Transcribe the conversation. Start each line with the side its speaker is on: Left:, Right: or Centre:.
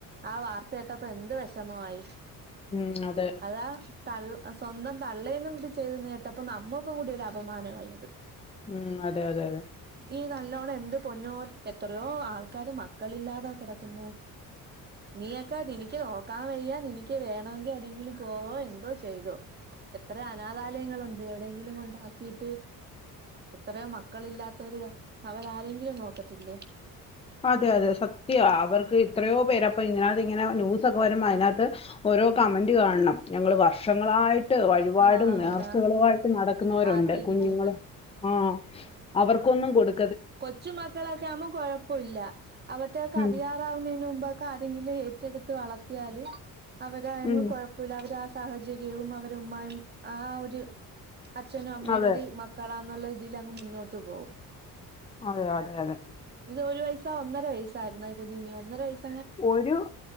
Right: ആ വാർത്ത കേട്ടപ്പ എന്ത് വെഷമായി
Left: ഉം അതെ
Right: അതാ തള്ള സ്വന്തം തള്ളേം കൂടി ചെയ്തെന്നു കേട്ടപ്പ നമ്മക്കും കൂടി ഒരു അപമാനമായി അത്
Left: ഉം അതെ അതെ അതെ.
Right: ഈ നല്ലോണം എന്ത് പൊന്നോല് എത്രയോ ആൾക്കാര് മക്കളില്ലാതെ കെടക്ക്ന്ന് നീയൊക്കെ <unintelligible> നോക്കാൻ വെയ്യ എനിക്ക് വേണമെങ്കിൽ എവിടെങ്കിലും പോവോ എന്തോ ചെയ്തോ എത്ര അനാഥാലയങ്ങളുണ്ട് എവിടെയെങ്കിലും കൊണ്ടാക്കിട്ട് എത്രയോ മക്കളില്ലാ അവരാരെങ്കിലും നോക്കത്തില്ലേ
Left: അതെ അതെ സത്ത്യാ അവർക്ക് എത്രയോ പേരെ അപ്പൊ ഇതിനകത്ത് ഇങ്ങനെ ന്യൂസൊക്കെ വരുമ്പോ അതിനകത്ത് ഓരോ കമന്റ് കാണണം ഞങ്ങള് വർഷങ്ങളായി ട്ട് വഴിപാടും
Right: ആഹ്
Left: നേർച്ചകളുവായിട്ട്
Right: അതാ
Left: നടക്കുന്നവരുണ്ട്
Right: കാത്തിരിക്കുന്നു
Left: കുഞ്ഞുങ്ങള് ആ അവർക്കൊന്നും കൊടു
Right: കൊച്ചു മക്കളക്കേ ആകുമ്പോ കൊഴ പ്പുല്ല അവറ്റക്ക്
Left: ഉം
Right: അറിയാറാവുന്നതിന് മുമ്പൊക്കെ ആരങ്കില് ഏറ്റെടുത്ത് വളർത്തിയാല് അവര് അഅങ്ങ്
Left: ഉം
Right: കൊഴപ്പല്ല അവര് ആ സാഹചര്യവും അവരുമ്മായും ആ ഒരു അച്ഛനും അമ്മയുടെ
Left: അതെ
Right: ഒരു മക്കളാ നുള്ള തിൽ അങ്ങ് മുന്നോട്ട് പോവും
Left: അതെ അതെ അതെ
Right: ഇത് ഒരു വയസാ ഒന്നര വയസ് ആയിരുന്നോ ഈ കുഞ്ഞിന് ഒന്നര വയസ്
Left: ഒരു